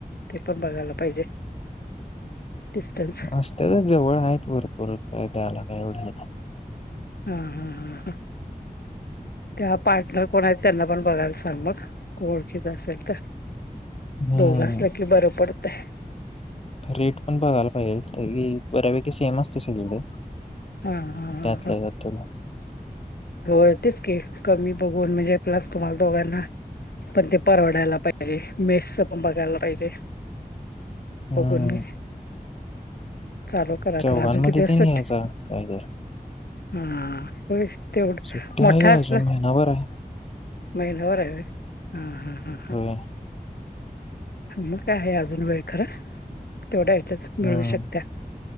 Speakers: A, on the left; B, on the left.
A: ते पण बघायला पाहिजे. डिस्टन्स
B: असत तर जवळ आहेत भरपूर काय द्यायला काय एवढ नाही.
A: हा हा हा ह. त्या पार्टनर कोण आहेत त्यांना पण बघायला सांग मग कोण ओळखीच असेल तर
B: हम्म
A: दोघ असलं की बरं पडतय.
B: रेट पण बघायला पाहिजे तरी बऱ्यापैकी सेम असतोय सगळीकड
A: हा हा
B: त्यातलं
A: ह
B: त्यात थोडं.
A: होय तेच की कमी बघून म्हणजे आपला तुम्हाला दोघांना पण ते परवडायला पाहिजे मेसच पण बघायला पाहिजे.
B: हम्म
A: बघून म चालू करा
B: चौघांमध्ये
A: खर अजून किती दिवस
B: ते
A: सुट्टी
B: घ्यायचा काय तर
A: हा हा होय. तेवढं
B: सुट्टी
A: मोठा
B: आहे का
A: असला
B: अजून महिनाभर आहे
A: महिना भर आहे होय हा हा हा हा.
B: होय
A: मग काय आहे अजून वेळ खरं तेवढ्या ह्यच्यात मिळू
B: हम्म
A: शकतिया.